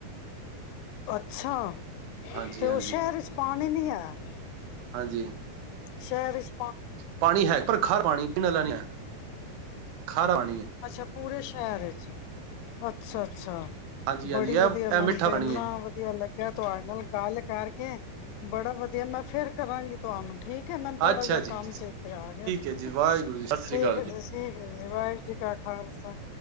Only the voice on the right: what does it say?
ਹਾਂਜੀ
ਹਾਂਜੀ
ਹਾਂਜੀ
ਪਾਣੀ ਹੈ ਪਰ ਖਰ ਪਾਣੀ ਪੀਣ ਆਲਾ ਨਹੀਂ ਹੈ। ਠਾਰਵਾਣੀ ਹੈ
ਹਾਂਜੀ
ਹਾਂਜੀ ਇਹ
ਇਹ ਮਿੱਠਾ
ਪਾਣੀ
ਹੈ
ਅੱਛਾ
ਜੀ
ਹੈ ਜੀ ਵਾਹਿਗੁਰੂ ਜੀ ਸਤਿ ਸ੍ਰੀ
ਅਕਾਲ